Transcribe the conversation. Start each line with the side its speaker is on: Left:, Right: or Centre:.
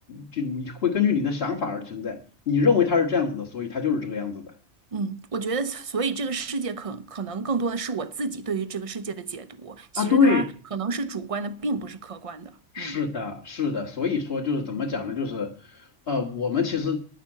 Left: 就你会根据你的想法而存在，你认为他是这样子的，所以他就是这个样子的。
Right: 嗯，我觉得，所以这个世界可可能更多的是我自己对于这个世界的解读，
Left: 啊，
Right: 其实它可能是主观的，
Left: 对，
Right: 并不是客观的。
Left: 是的，
Right: 嗯
Left: 是的，所以说就是怎么讲呢？就是，呃，我们其实